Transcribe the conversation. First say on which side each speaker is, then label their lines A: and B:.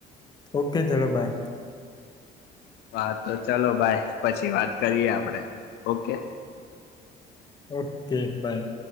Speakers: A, on the left; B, on the left.
A: ઓકે ચલો બાય
B: હા તો ચાલો બાઈ પછી વાત કરીએ આપડે ઓકે
A: ઓકે બાય